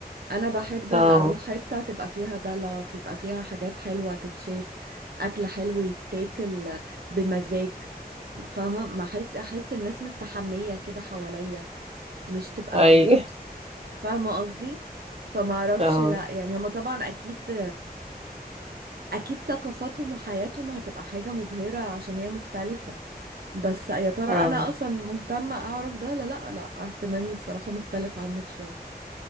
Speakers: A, on the right; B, on the right.
A: انا بحب
B: اه
A: ال- اروح حته تبقى فيها دلع ويبقى فيها حاجات حلوه تتشاف اكل حلو يتاكل بمزاج فاهمه ما احس احس الناس مستحميه كده حواليا مش تبقى
B: اي
A: فاهمه قصدي فما اعرفش
B: اه
A: لا يعني هما طبعا اكيد اكيد ثقافاتهم وحياتهم هتبقى حاجه مبهره عشان هي مختلفه بس يا ترى
B: اه
A: انا اصلا مهتمه اعرف ده ولا لا لا اهتمامي بصراحه مختلف عنك شويه